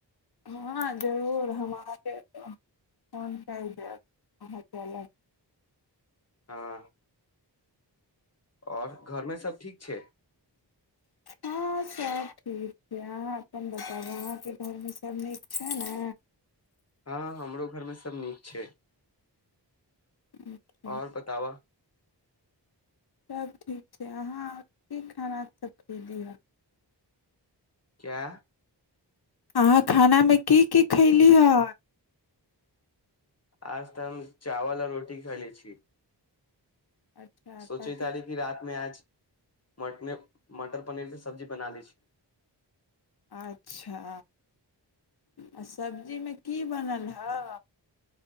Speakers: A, on the left; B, on the left.
A: हँ जरूर हम फोन कि देब अहाँके ल
B: हँ आओर घरमे सभ ठीक छै
A: हँ सभ ठीक छै अहाँ अपन बताबू अहाँके घरमे सभ नीक छै ने
B: हँ हमरो घरमे सब नीक छै
A: अच्छा,
B: आओर बताबा
A: सभ ठीक छै अहाँ की खाना सभ खरीदिहऽ
B: क्या
A: अहाँ खानामे की की खयली हँ
B: आज तऽ हम चावल आ रोटी खयले छी
A: अच्छा
B: सोची
A: कथी
B: तारीखी रात में आज मटने मटर पनीरके सब्जी बना लै छी
A: अच्छा आ सब्जीमे की बनल हए